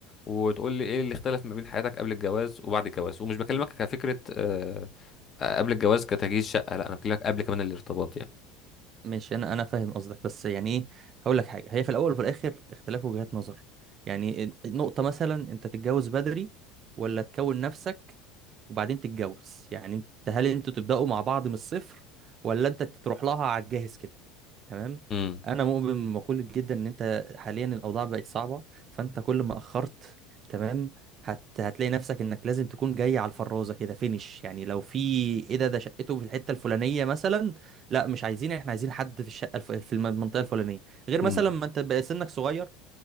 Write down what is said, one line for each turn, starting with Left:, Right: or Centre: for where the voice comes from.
Left: وتقول لي ايه اللي اختلف ما بين حياتك قبل الجواز وبعد الجواز ومش بكلمك كفكره آه، آه، قبل الجواز كتجهيز شقه لا انا بكلمك قبل كمان الارتباط يعني
Right: ماشي انا انا فاهم قصدك بس يعني ايه هقول لك حاجه هي في الاول وفي الاخر اختلاف وجهات نظر يعني النقطه مثلا انت تتجوز بدري ولا تكون نفسك وبعدين تتجوز يعني انت هل انتوا تبداوا مع بعض من الصفر ولا انت تروح لها على الجاهز كده تمام
Left: امم
Right: انا مؤمن بمقوله جدا ان انت حاليا الاوضاع بقت صعبه فانت كل ما اخرت تمام هت... هتلاقي نفسك انك لازم تكون جاي على الفرازه كده فينش يعني لو في ايه ده ده شقته في الحته الفلانيه مثلا لا مش عايزين احنا عايزين حد في الشقه الف... في الم- المنطقه الفلانيه غير
Left: مم.
Right: مثلا ما انت بقى سنك صغير